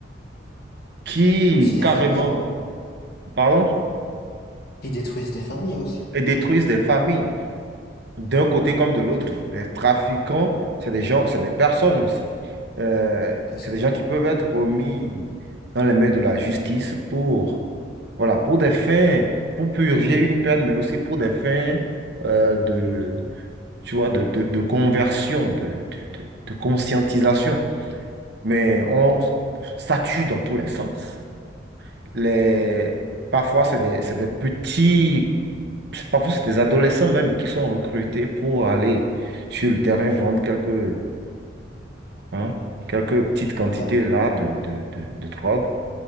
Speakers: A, on the right; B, on the left.
A: qui
B: Plus des
A: carrément,
B: familles.
A: pardon,
B: Qui détruisent des familles aussi.
A: et détruisent
B: Ouais,
A: des familles, d'un côté comme de l'autre. Les trafiquants, c'est des gens, c'est des personnes aussi. Euh,
B: c'est ça.
A: c'est des gens qui peuvent être remis dans les mains de la justice pour, voilà, pour des fins, pour purger une peine, mais aussi pour des fins euh, de, tu vois, de, de, de conversion, de, de, de- de conscientisation. Mais on, ça tue dans tous les sens. Les, parfois, c'est des, c'est des petits c'est- Parfois, c'est des adolescents même qui sont recrutés pour aller sur le terrain vendre quelques, hein, quelques petites quantités
B: Ouais.
A: là de, de, de, de drogue.